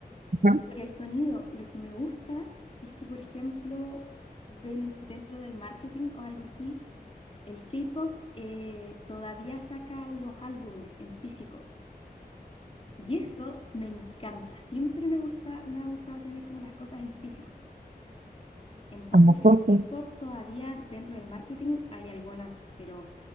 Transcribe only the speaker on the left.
Por el sonido, lo que me gusta es que, por ejemplo, den- dentro del marketing o algo así, el K-pop eh, todavía saca los álbumes en físico. Y eso me encanta. Siempre me gusta, me ha gustado tener como las cosas en físico. Entonces
el
K-pop todavía dentro del marketing hay algunas, pero